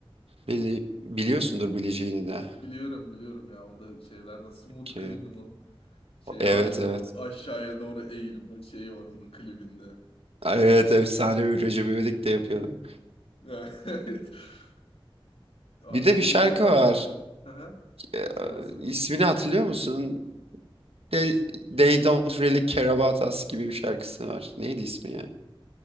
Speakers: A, on the right (about 85°); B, on the left (about 80°).
A: Bili biliyorsundur bileceğini de
B: Biliyorum biliyorum ya o da şeylerden Smooth
A: ki.
B: Criminal. Şey
A: Evet
B: var ya o
A: evet.
B: aşağıya doğru eğilme şeyi var onun klibinde.
A: Evet efsane bir Recep İvedik de yapıyordu.
B: Evet. <laughs> Abi
A: Bir de
B: şey
A: bir şarkı
B: ne tarz...
A: var.
B: Hı hı,
A: E,
B: Söylese.
A: ismini hatırlıyor musun? They, They Don't Really Care About Us gibi bir şarkısı var. Neydi ismi ya?